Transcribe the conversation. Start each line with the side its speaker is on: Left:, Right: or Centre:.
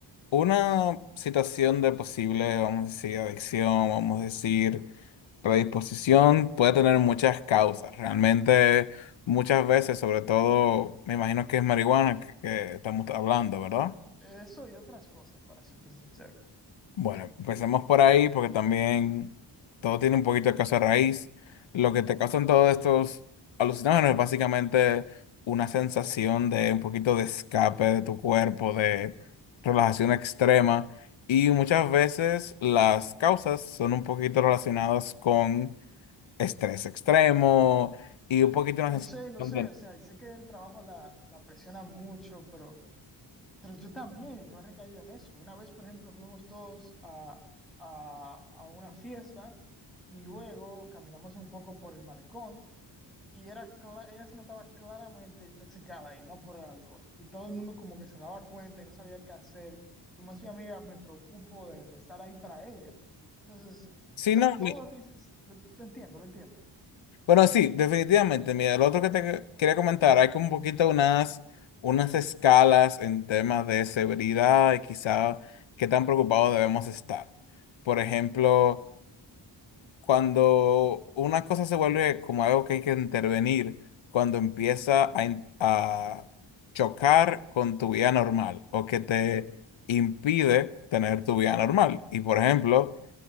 Left: Una situación de posible, vamos a decir, adicción, vamos a decir, predisposición, puede tener muchas causas. Realmente, muchas veces, sobre todo, me imagino que es marihuana que que estamos hablando, ¿verdad?
Centre: Eso y otras cosas, para serte sincero.
Left: Bueno, empecemos por ahí porque también todo tiene un poquito de causa raíz. Lo que te causan todos estos alucinógenos es básicamente una sensación de un poquito de escape de tu cuerpo, de relajación extrema. Y muchas veces las causas son un poquito relacionadas con estrés extremo y un poquito una
Centre: Lo sé,
Left: sensación
Centre: lo sé,
Left: de...
Centre: o sea, sé que el trabajo la, la presiona mucho, pero, pero yo también y no he recaído en eso. Una vez, por ejemplo, fuimos todos a, a, a una fiesta y luego caminamos un poco por el malecón y era cla- ella se notaba claramente intoxicada y no por el alcohol. Y todo el mundo como que se daba cuenta y no sabía qué hacer. Como es mi amiga, me preocupo de, de estar ahí para ella. Entonces, o
Left: si
Centre: sea,
Left: no,
Centre: todo lo que dices, lo, lo entiendo, lo entiendo.
Left: Bueno, sí, definitivamente. Mira, lo otro que te quería comentar, hay como un poquito unas, unas escalas en temas de severidad y quizá qué tan preocupados debemos estar. Por ejemplo, cuando una cosa se vuelve como algo que hay que intervenir, cuando empieza a, in- a chocar con tu vida normal o que te impide tener tu vida normal. Y por ejemplo,